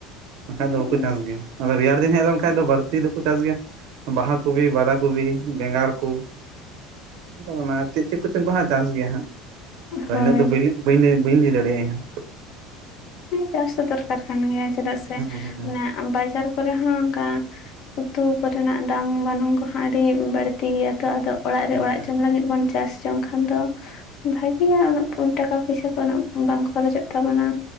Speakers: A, on the right (about 65°); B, on the left (about 50°).
A: ᱵᱟᱠᱷᱟᱡ
B: ᱦᱳᱭ
A: ᱫᱚ ᱵᱟᱠᱚ ᱪᱟᱥ ᱜᱮᱭᱟ ᱟᱫᱚ ᱨᱮᱭᱟᱲ ᱫᱤᱱ ᱦᱮᱡ ᱞᱮᱱᱠᱷᱟ ᱫᱚ ᱵᱟᱹᱲᱛᱤ ᱫᱚᱠᱚ ᱪᱟᱥ ᱜᱮᱭᱟ᱾ ᱵᱟᱦᱟ ᱠᱚᱵᱤ, ᱵᱟᱫᱟ ᱠᱚᱵᱤ, ᱵᱮᱸᱜᱟᱲ ᱠᱚ ᱚᱱᱟ ᱪᱮᱫ ᱪᱮᱫ ᱠᱚᱪᱚᱝ ᱠᱚᱦᱚᱸ ᱱᱟᱜ ᱪᱟᱥ ᱜᱮᱭᱟ ᱦᱟᱸᱜ ᱟᱫᱚ
B: ᱦᱳᱭ
A: ᱤᱱᱟᱹᱜ ᱫᱚ ᱵ ᱵᱧ ᱵᱟᱹᱧ ᱞᱟᱹᱭ ᱫᱟᱲᱮᱭᱟᱜᱼᱟ ᱤᱧᱦ ᱦᱚᱸ᱾
B: ᱪᱟᱥ ᱫᱚ ᱫᱚᱨᱠᱟᱨ ᱠᱟᱱ ᱜᱮᱭᱟ ᱪᱮᱫᱟᱜ ᱥᱮ
A: ᱦᱮᱸ
B: ᱚᱱᱟ ᱵᱟᱡᱟᱨ ᱠᱚᱨᱮ ᱦᱚᱸ ᱚᱱᱠᱟ ᱩᱛᱩ ᱠᱚᱨᱮᱱᱟᱜ ᱫᱟᱢ ᱜᱚᱱᱚᱝ ᱠᱚᱦᱚᱸ ᱟᱹᱰᱤ ᱵᱟᱹᱲᱛᱤ ᱜᱮᱭᱟ ᱛᱚ ᱟᱫᱚ ᱚᱲᱟᱜ
A: ᱦᱮᱸ
B: ᱨᱮ ᱚᱲᱟᱜ
A: ᱦᱮᱸ
B: ᱡᱚᱢ ᱞᱟᱹᱜᱤᱫ ᱵᱚᱱ ᱪᱟᱥ ᱡᱚᱝᱠᱷᱟᱱ ᱫᱚ ᱵᱷᱟᱜᱮᱭᱟ ᱩᱱᱟᱹᱜ ᱴᱟᱠᱟ ᱯᱚᱭᱥᱟ ᱠᱚ ᱩᱱᱟᱹᱜ ᱵᱟᱝ ᱠᱷᱚᱨᱚᱪᱚᱜ ᱛᱟᱵᱚᱱᱟ᱾